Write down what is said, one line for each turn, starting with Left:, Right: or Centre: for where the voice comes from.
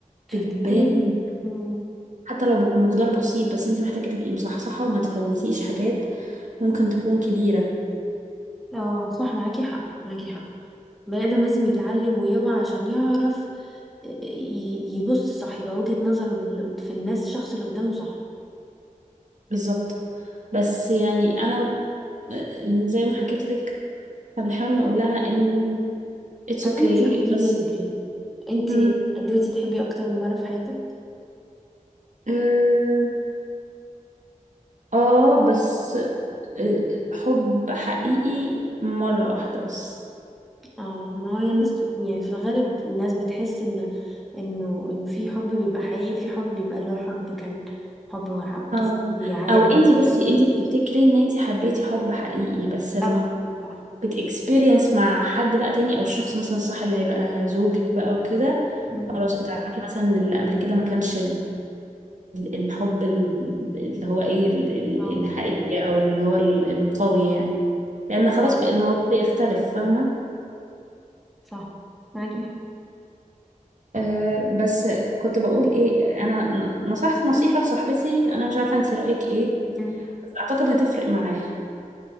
Centre: تفتكري
Right: بتبان
Centre: مم.
Right: حتى لو بمقدار بسيط بس انت محتاجة تبقي مصحصحة وما تفوتيش حاجات ممكن تكون كبيرة
Centre: اه صح معاكي حق معاكي حق البني آدم لازم يتعلم ويوعى عشان يعرف آه، ي- يبص صح يبقى وجهة نظره لل- في الناس الشخص اللي قدامه صح
Right: بالظبط بس يعني انا يعني زي ما حكيت لك احنا بنحاول نقول لها ان اتس
Centre: طب
Right: اوكي
Centre: انتي قولي
Right: okay بس
Centre: لي انتي
Right: مم.
Centre: قدرتي تحبي اكتر من مرة في حياتك
Right: اه آه، بس آه، حب حقيقي مرة واحدة بس
Centre: اه ما هي الناس يعني في الغالب الناس بتحس ان انه انه في حب بيبقى حقيقي وفي حب بيبقى اللي هو حب كان حب مع-
Right: اه
Centre: طفولي عاد
Right: او انتي
Centre: وهكذا
Right: بصي انتي بتفتكري ان انتي حبيتي حب حقيقي بس لما
Centre: آه. صح
Right: بتكسبيرينس مع حد بقى تاني او الشخص مثلا الصح اللي هيبقى زوجك بقى وكده
Centre: مم.
Right: خلاص بتعرفي مثلا إن اللي قبل كده ما كانش ال- الحب ال- اللي هو ايه ال- ال-
Centre: اه
Right: الحقيقي او اللي هو ال- القوي يعني لان خلاص
Centre: اه
Right: بقى الموضوع بيختلف فاهمه
Centre: صح معاكي
Right: أه بس كنت بقول ايه انا ن- نصحت نصيحه لصاحبتي انا مش عارفه انت رايك ايه
Centre: حق
Right: بس اعتقد هتفرق معاها